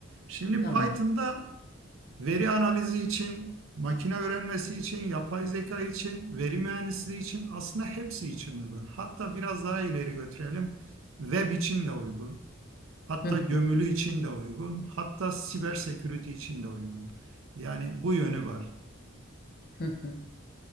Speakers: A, on the right; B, on the left.
A: Şimdi
B: tamam.
A: Python'da veri analizi için, makine öğrenmesi için, yapay zeka için, veri mühendisliği için aslında hepsi için uygun. Hatta biraz daha ileri götürelim. Web için de uygun. Hatta
B: Hı
A: gömülü
B: hı,
A: için de uygun. Hatta siber security için de uygun. Yani bu yönü var.
B: hı hı.